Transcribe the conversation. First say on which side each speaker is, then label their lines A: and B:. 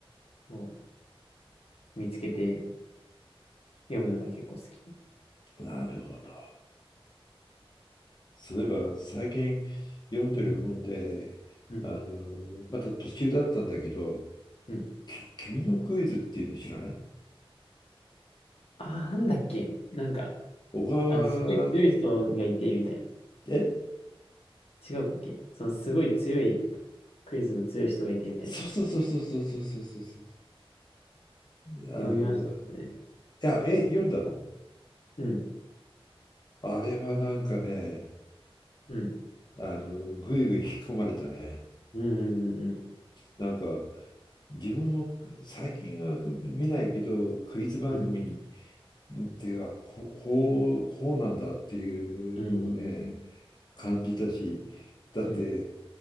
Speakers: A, on the left; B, on the left.
A: 紙を見つけて読むのが結構好き。
B: なるほど。例えば最近読んでる本で、
A: うん、うん、
B: あの、また途中だったんだけど、
A: うん。
B: き君のクイズっていうの知らない
A: ああ、なんだっけなんか、
B: 小川、
A: あの、すごい強い人がいて、みたい
B: え
A: な。違うっけそのすごい強い、クイズの強い人がいて、みたいな。
B: そうそうそうそうそうそうそうそうそう。あの、
A: 読みましたけどね。
B: いや、え、読んだの
A: うん、
B: あれはなんかね、
A: うん、
B: あの、ぐいぐい引き込まれたね。
A: うん、うん、うん、
B: なんか、自分も最近は見ないけど、クイズ番組に、
A: うん、
B: ってか、ここう、こうなんだっていうのをね、
A: うん、うん、
B: 感じたし、だって
A: うん、